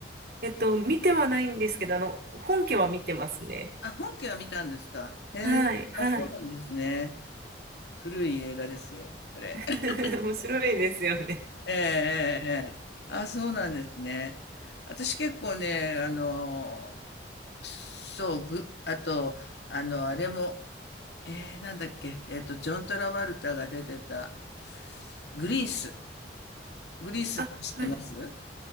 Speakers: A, on the right (about 55°); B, on the left (about 70°).
A: えっと、見てはないんですけど、あの、本家は見てますね。
B: あ、本家は見たんですか。へえ、
A: はい、はい。
B: あ、そうなんですね。古い映画ですよ、あれ。
A: <laughs>
B: <laughs>
A: 面白いですよね。
B: ええ、ええ、ええあ、そうなんですね。私結構ね、あの、そう、ぐ、あと、あの、あれも、えー、なんだっけ、えっと、ジョン・トラバルタが出てた、グリース。グリースって知ってます
A: あ、はい、